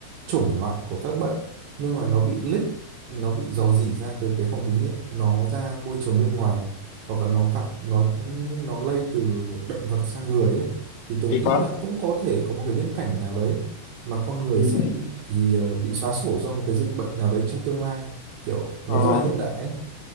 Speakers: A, on the right (about 75°); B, on the left (about 80°).
A: chủng loại của các bệnh nhưng mà nó bị leak nó bị rò rỉ ra từ cái phòng thí nghiệm nó ra môi trường bên ngoài hoặc là nó gặp nó nó lây từ động vật sang người ấy thì tôi
B: thế
A: nghĩ
B: quá
A: là cũng có thể có một cái viễn cảnh nào đấy mà con người
B: ừ.
A: sẽ bị ý, ờ, bị xóa sổ do một cái dịch bệnh nào đấy trong tương lai kiểu
B: Ờ,
A: nó rất là hiện đại ấy.